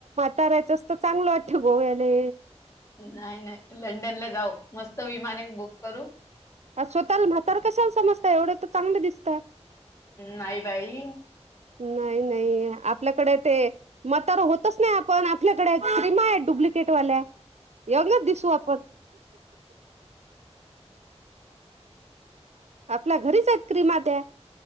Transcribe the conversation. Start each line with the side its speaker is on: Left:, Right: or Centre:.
Right: तारायचं असतं चांगलं वाट ठव गो्याले
Left: नाही नाही लंडन ला जाऊ मस्त विमान एक बुक करू
Right: ह स्वतःला भातार कशला समजता एवढं तर चांगलं दिसत
Left: नाही बाई
Right: नाही नाही आपल्याकडे ते मतार होतच नाही आपण आपल्याकडे क्रीमा आहेत डुप्लिकेट वाल्या एगलच दिसू आपण आपल्या घरीच आहेत क्रिमा द्या